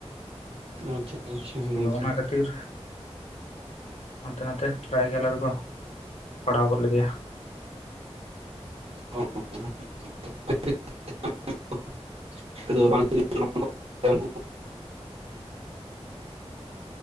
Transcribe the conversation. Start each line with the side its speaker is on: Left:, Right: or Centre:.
Right: ᱟᱪᱪᱷᱟ ᱟᱪᱪᱷᱟ ᱜᱚᱝᱠᱮ
Left: ᱟᱫᱚ ᱚᱱᱟ ᱠᱷᱟᱹᱛᱤᱨ ᱦᱟᱱᱛᱮ ᱱᱟᱛᱮ ᱯᱨᱮᱭᱜᱮ ᱟᱞᱮ ᱫᱚᱠᱚ ᱯᱟᱲᱦᱟᱣ ᱜᱚᱫ ᱞᱮᱫᱮᱭᱟ ᱾
Right: <inaudible> ᱞᱚᱜᱚᱱ